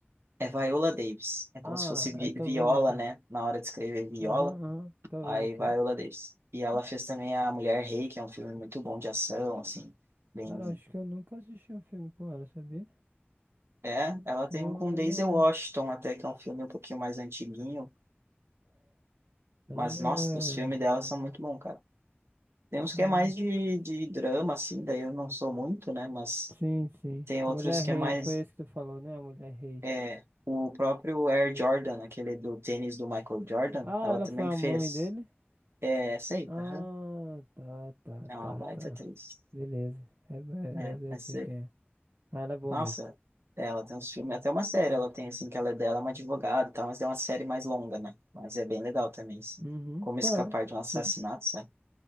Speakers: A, on the right; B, on the right.
A: É Viola Davis. É
B: Ah,
A: como se fosse vi
B: eu tô
A: Viola,
B: vendo aqui.
A: né? Na hora de escrever Viola,
B: Aham, aham, tô
A: aí
B: vendo aqui.
A: Viola Davis.
B: Hum,
A: E ela
B: hum.
A: fez também A Mulher Rei, que é um filme muito bom de ação, assim, bem...
B: Cara, acho que eu nunca assisti um filme com ela, sabia?
A: É, ela
B: Não
A: tem um com
B: é,
A: Daisy
B: não é.
A: Washington até, que é um filme um pouquinho mais antiguinho.
B: Ela
A: Mas,
B: não
A: nossa,
B: é.
A: os filmes dela são muito bons, cara. Tem uns
B: Não,
A: que é mais
B: não-
A: de, de drama, assim, daí eu não sou muito, né? Mas
B: Sim, sim.
A: tem outros
B: Mulher
A: que
B: Rei,
A: é mais
B: foi esse que tu falou, né? A Mulher Rei.
A: É, o próprio Air Jordan, aquele do tênis do Michael Jordan,
B: Ah,
A: ela
B: ela
A: também
B: foi a
A: fez.
B: mãe dele?
A: É, essa aí,
B: Ah,
A: aham.
B: tá, tá,
A: É uma
B: tá,
A: baita
B: tá.
A: atriz.
B: Beleza. É, é,
A: É,
B: é-
A: essa
B: eu sei
A: aí.
B: quem é. Ah, ela é boa
A: Nossa,
B: mesmo.
A: ela tem uns filmes, até uma série ela tem, assim, que ela é dela, é uma advogada e tal, mas é uma série mais longa, né? Mas é bem legal também, assim.
B: Uhum.
A: Como
B: Qual
A: escapar
B: é?
A: de um assassinato,
B: Tu-
A: sabe?